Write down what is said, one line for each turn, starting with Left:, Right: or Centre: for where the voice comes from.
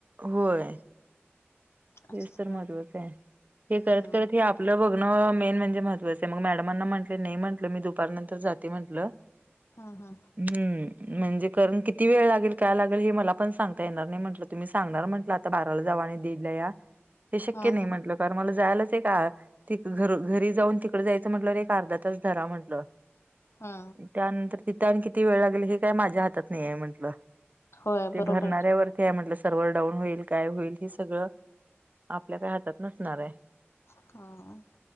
Right: होय.
Left: असं
Right: तेच
Left: सगळं
Right: तर महत्त्वाचं आहे हे करत
Left: हम्म
Right: करत हे आप लं बघणं मेन म्हणजे महत्वाचं आहे. मग मॅडमांना म्हटले नाही म्हटलं मी दुपारनंतर जाते म्हटलं.
Left: हा हा.
Right: हम्म, म्हणजे कारण किती वेळ लागेल, काय लागेल हे मला पण सांगता येणार नाही म्हटलं तुम्ही सांगणार म्हटलं आता बाराला जावा आणि दीड ला या. हे शक्य
Left: हम्म
Right: नाही. म्हंटलं कारण मला जायलाच एक तिक घरु घरी जाऊन तिकडं जायचं. म्हटलं, एक अर्धा तास धरा म्हटलं.
Left: हा.
Right: त्यानंतर तिथे आणि किती वेळ लागल. हे काय माझ्या हातात नाही आहे म्हंटलं,
Left: होय
Right: ते
Left: बरोबर
Right: भरणाऱ्यावर
Left: आहे की
Right: हे आहे म्हटलं सर्व्हर डाऊन होईल काय होईल हे सगळं आपल्या काय हातात नसणार आहे.
Left: हा.